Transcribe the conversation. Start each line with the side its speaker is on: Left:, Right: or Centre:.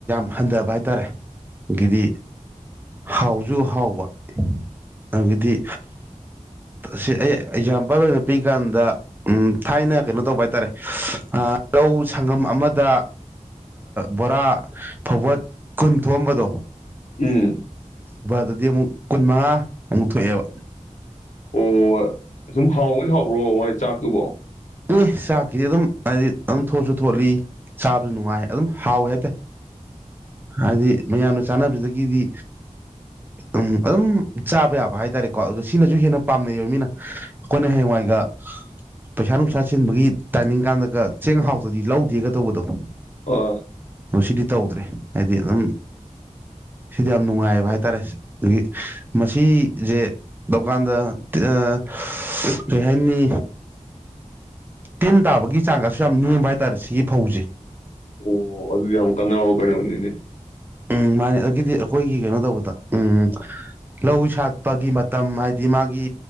Right: ꯍꯟꯗ꯭ꯔꯕꯥꯗ ꯇꯔꯦ ꯒꯤꯤꯔꯤ ꯍꯥꯎ ꯁꯨ ꯍꯥꯎꯕ ꯑꯗꯒꯤꯗꯤ ꯁꯤ ꯑꯩ ꯑꯦꯛꯖꯥꯝꯄꯜ ꯑꯣꯏꯅ ꯄꯤꯀꯥꯟꯗ ꯊꯥꯏꯅ ꯀꯩꯅꯣ ꯇꯧꯕ ꯍꯥꯏꯇꯥꯔꯦ ꯂꯧ ꯁꯪꯒꯝ ꯑꯃꯗ ꯕꯣꯔꯥ ꯐꯧꯕꯠ ꯀꯨꯟ ꯊꯣꯛꯑꯝꯕꯗꯣ
Left: ꯎꯝ
Right: ꯑꯗꯨꯗꯗꯤ ꯑꯃꯨꯛ ꯀꯨꯟꯃꯉꯥ ꯑꯃꯨꯛ ꯊꯣꯛꯑꯦꯕ
Left: ꯑꯣ ꯁꯨꯝ ꯍꯥꯎꯕꯗꯤ ꯍꯥꯎꯕ꯭ꯔꯣ ꯃꯣꯏ ꯆꯥꯛꯇꯨꯕ‌ꯣ
Right: ꯑꯦ ꯆꯥꯛꯀꯤꯗꯤ ꯑꯗꯨꯝ ꯍꯥꯏꯗꯤ ꯑꯗꯨꯝ ꯊꯣꯠꯁꯨ ꯊꯣꯠꯂꯤ ꯆꯥꯕꯁꯨ ꯅꯨꯡꯉꯥꯏ ꯑꯗꯨꯝ ꯍꯥꯎꯋꯦ ꯍꯥꯏꯇꯥꯏ ꯍꯥꯏꯗꯤ ꯃꯌꯥꯝꯅ ꯆꯥꯅꯕꯗꯒꯤꯗꯤ ꯎꯝ ꯑꯗꯨꯝ ꯆꯥꯕ ꯌꯥꯕ ꯍꯥꯏꯇꯥꯔꯦꯀꯣ ꯑꯗꯨꯒ ꯁꯤꯅꯁꯨ ꯍꯦꯟꯅ ꯄꯥꯝꯅꯩꯌ‌ꯦꯕ ꯃꯤꯅ ꯑꯩꯈꯣꯏꯅ ꯍꯌꯦꯡꯋꯥꯏꯒ ꯄꯩꯁꯥ ꯅꯨꯡꯁꯥ ꯆꯤꯟꯕꯒꯤ ꯇꯥꯏꯃꯤꯡ ꯀꯥꯟꯗꯒ ꯆꯦꯡ ꯍꯥꯎꯇꯔꯗꯤ ꯂꯧꯗꯦꯒ ꯇꯧꯕꯗꯣ
Left: ꯑꯥ
Right: ꯗ‌ꯣ ꯁꯤꯗꯤ ꯇꯧꯗ꯭ꯔꯦ ꯍꯥꯏꯗꯤ ꯑꯗꯨꯝ ꯁꯤꯗꯤ ꯌꯥꯝ ꯅꯨꯡꯉꯥꯏꯕ ꯍꯥꯏꯇꯥꯔꯦ ꯑꯗꯒꯤ ꯃꯁꯤ ꯏꯁꯦ ꯂꯧꯀꯥꯟꯗ <unintelligible> ꯀꯔꯤ ꯍꯥꯏꯅꯤ ꯇꯤꯟ ꯇꯥꯕꯒꯤ ꯆꯥꯡꯒꯁꯨ ꯌꯥꯝ ꯅꯦꯝꯕ ꯍꯥꯏꯇꯥꯔꯦ ꯁꯤꯒꯤ ꯐꯧꯁꯦ
Left: ꯑꯣ ꯑꯗꯨꯗꯤ ꯌꯥꯝ ꯀꯥꯟꯅꯕ ꯀꯩꯅꯣꯅꯤꯅꯦ
Right: ꯎꯝ ꯃꯥꯅꯦ ꯑꯗꯨꯗꯒꯤꯗꯤ ꯑꯩꯈꯣꯏꯒꯤ ꯀꯩꯅꯣ ꯇꯧꯕꯗ ꯎꯝ ꯂꯧ ꯁꯥꯠꯄꯒꯤ ꯃꯇꯝ ꯍꯥꯏꯗꯤ ꯃꯥꯒꯤ